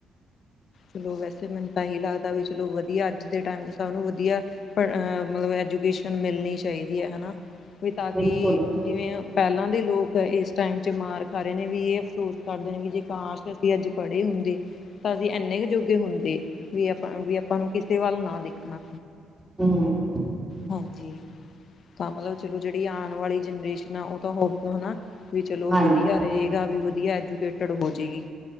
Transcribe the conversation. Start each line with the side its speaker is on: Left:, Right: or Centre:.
Left: ਚਲੋ ਵੈਸੇ ਮੈਨੂੰ ਤਾਂ ਏਹੀ ਲੱਗਦਾ ਵੀ ਚਲੋ ਵਧੀਆ, ਅੱਜ ਦੇ ਟਾਈਮ ਤੇ ਸਭ ਨੂੰ ਵਧੀਆ ਆ ਮਤਲਬ ਐਜੂਕੇਸ਼ਨ ਮਿਲਨੀ ਚਾਹੀਦੀ ਐ ਹਨਾ। ਵੀ ਤਾਂ
Right: ਬਿਲਕੁਲ
Left: ਕਿ ਜਿਵੇਂ ਪਹਿਲਾਂ ਦੇ ਲੋਕ ਇਸ ਟਾਈਮ 'ਚ ਮਾਰ ਖਾ ਰਹੇ ਨੇ ਵੀ ਏ ਅਸੋਸ ਕਰਦੇ ਨੇ ਵੀ ਜੇ ਕਾਸ਼ ਅਸੀਂ ਅੱਜ ਪੜ੍ਹੇ ਹੁੰਦੇ ਤਾਂ ਅਸੀਂ ਇੰਨੇ ਕੁ ਜੋਗੇ ਹੁੰਦੇ ਵੀ ਆਪਾਂ ਵੀ ਆਪਾਂ ਨੂੰ ਕਿਸੇ ਵੱਲ ਨਾ ਦੇਖਣਾ
Right: ਹੂੰ।
Left: ਹਾਂਜੀ ਤਾਂ ਮਤਲਬ ਚਲੋ ਜਿਹੜੀ ਆਣ ਵਾਲੀ ਜਨਰੇਸ਼ਨ ਆ ਉਹ ਤਾਂ ਹੋਵੇ ਹਨਾ ਵੀ ਚਲੋ
Right: ਹਾਂਜੀ
Left: ਵਧੀਆ ਰਹੇਗਾ, ਵੀ ਵਧੀਆ ਐਜੂਕੇਟਡ ਹੋ ਜੇਗੀ।